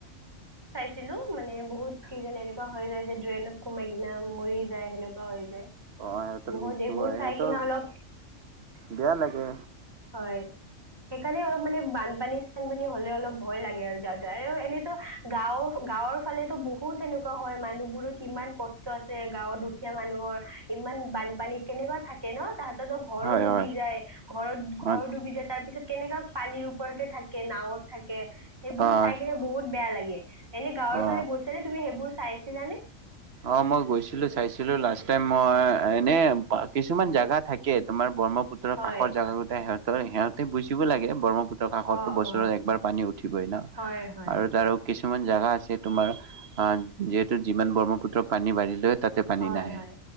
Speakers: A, on the right; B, on the right.
A: ছিলো মানে বহুত কি জানে এনেকোৱা হৈ যায় যে ড্ৰেইনত সোমাই কিনে মৰি যায় সেনেকোৱা হৈ যায়
B: অ', সিহঁতৰ
A: বহুত
B: মৃত্যু
A: এইবোৰ
B: হয় সিহঁতৰ
A: চাই কিনে অলপ
B: বেয়া লাগে
A: হয় সেইকাৰণে অলপ মানে বানপানী চানপানী হ'লে অলপ ভয় লাগে আৰু যাওঁতে আৰু এনে গাঁৱৰ গাঁৱৰ ফালেতো বহুত সেনেকোৱা হয় মানুহবোৰৰ ইমান কষ্ট আছে গাঁৱৰ দুখীয়া মানুহৰ ইমান বানপানীত কেনেকোৱা থাকে ন তাত তেতিয়াতো ঘৰো
B: হয়
A: ডুবি
B: হয়
A: যায় ঘৰত ঘৰ
B: অ',
A: ডুবি যায় তাৰ পিছত কেনেকোৱা পানীৰ ওপৰতে থাকে থাকে নাৱত থা কে সেইবোৰ
B: অ',
A: চাই কিনে বহুত বেয়া লাগে ইয়ে এনে গাঁৱৰ
B: অ'।
A: ফালে গৈছা নে তুমি সেইবোৰ চাইছিলানে
B: অ মই গৈছিলো চাইছিলো লাষ্ট টাইম মই এনে কিছুমান জেগা থাকে তোমাৰ ব্ৰহ্মপুত্ৰৰ
A: হয়
B: কাষৰ জেগাগোটাই সিহত তই সিহতে বুজ উম জানিব লাগে ব্ৰহ্মপুত্ৰৰ কাষতো
A: অ
B: বছৰত
A: অ
B: একবাৰ পানী উঠিবই না
A: হয় হয়
B: আৰু তাৰো কিছুমান কিছুমান জাগা আছে তোমাৰ যিহেতু যিমান ব্ৰহ্মপুত্ৰ ত পানী বাঢ়ি লৈ তাতে পানী
A: হয়
B: নাহে
A: হয়